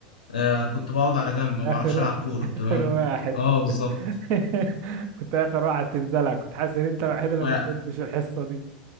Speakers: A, on the left; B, on the right.
A: آه كنت بقعد على جنب ما
B: اخر
A: بعرفش العب كوره تمام
B: اخر واحد
A: اه
B: كنت
A: بالظبط
B: <laughs> كنت اخر واحد تنزلها كنت حاسس ان انت الوحيد اللي
A: و-
B: ما بتحبش الحصه دي